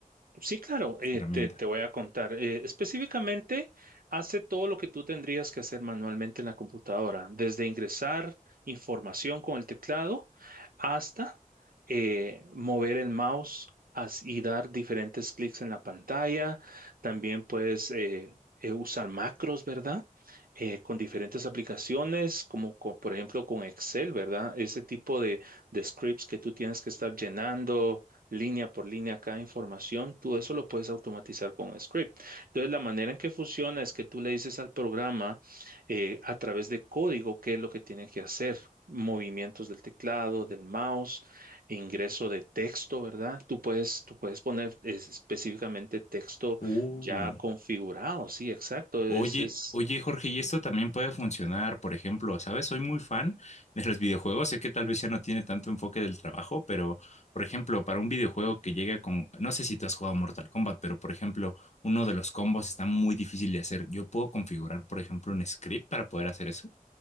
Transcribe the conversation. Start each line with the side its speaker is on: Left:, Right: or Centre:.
Right: Sí, claro,
Left: esta
Right: eh,
Left: herramienta?
Right: te, te voy a contar. Eh, específicamente, hace todo lo que tú tendrías que hacer manualmente en la computadora, desde ingresar información con el teclado hasta eh, mover el mouse as- y dar diferentes clics en la pantalla. También puedes eh, eh, usar macros, ¿verdad? Eh, con diferentes aplicaciones, como co- por ejemplo con Excel, ¿verdad? Ese tipo de, de scripts que tú tienes que estar llenando línea por línea cada información, tú eso lo puedes automatizar con un script. Entonces, la manera en que funciona es que tú le dices al programa eh, a través de código qué es lo que tiene que hacer. movimientos del teclado, del mouse, ingreso de texto, ¿verdad? Tú puedes, tú puedes poner es- específicamente texto
Left: Uh.
Right: ya configurado, sí, exacto, es,
Left: Oye,
Right: es
Left: oye, Jorge, y esto también puede funcionar, por ejemplo, ¿sabes? Soy muy fan de los videojuegos, sé que tal vez ya no tiene tanto enfoque del trabajo, pero, por ejemplo, para un videojuego que llega con, no sé si tú has jugado Mortal Kombat, pero, por ejemplo, uno de los combos está muy difícil de hacer. Yo puedo configurar, por ejemplo, un script para poder hacer eso.